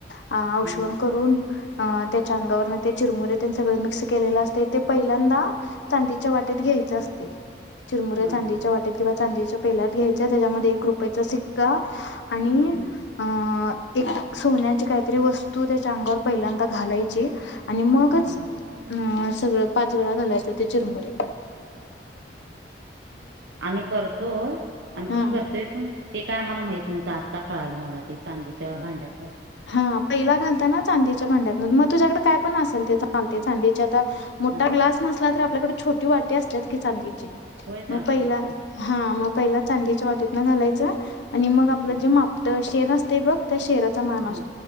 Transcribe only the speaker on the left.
अ आऔष्वण
करून. अ त्याच्या अंगावरन ते चिरमुर त्यां सगळं मिक्स केलेलं असते ते पहिल्यांदा, चांदीच्या वाटेत घ्यायच असते. चिरमुरे
चांदीच्या
वाटेत किंवा चांदी.. पेल्यात घ्यायच्या त्याच्यामध्ये एक रुपयाचा सिक्का आणि
अ. एक सोन्याची काहीतरी वस्तू त्याच्या अंगावर पहिल्यांदा घालायची. आणि मगच
अ सगळं पाच वेळा घालायचं ते चिरमुरी.
हा
हा पहिला घालता ना चांदीच्या भांड्यात मग तुझ्याकडे काय पण असेल ते चालते चांदीचे आता.. मोठा
ग्लास नसला तर आपल्याकडे छोटी वाटी असतात की चांदीची.
मग
पहिला हा मग पहिला चांदीच्या वाटीत ना घालायचं. आणि मग आपलं
जे मापट शेर असतंय बघ त्या शेराचा- मान